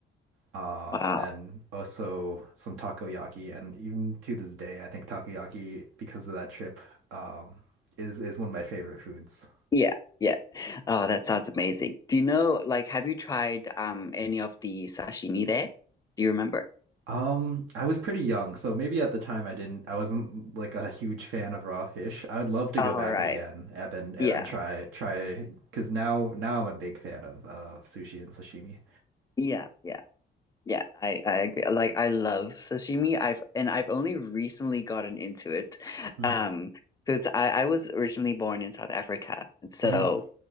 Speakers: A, on the right (about 80°); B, on the left (about 20°).
A: Uh,
B: Wow.
A: and then also some takoyaki, and even to this day, I think takoyaki, because of that trip, um, is is one of my favorite foods.
B: Yeah. Yeah. Oh, that sounds amazing. Do you know, like, have you tried um any of the sashimi there? Do you remember?
A: Um, I was pretty young, so maybe at the time I didn't, I wasn't like a huge fan of raw fish. I would love to
B: All
A: go back
B: right.
A: again and then and
B: Yeah.
A: then try try because now now I'm a big fan of uh, sushi and sashimi.
B: Yeah. Yeah. Yeah, I I agree. Like I love sashimi. I've and I've only recently gotten into it.
A: hmm
B: Um, because I I was originally born in South Africa. So
A: hmm